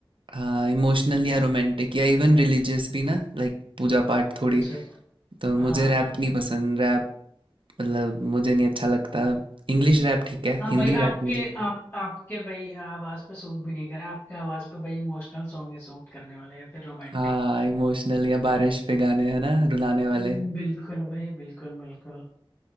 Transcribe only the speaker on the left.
अच्छा सा
हाँ
हाँ
हाँ
हाँ
भाई आपके
आप आपके भाई आवाज पे सूट भी नहीं करा आपके आवाज पे भाई इमोशनल सॉन्ग ही सूट करने वाले हैं या फिर रोमांटिक
हम्म, बिल्कुल भाई बिल्कुल बिल्कुल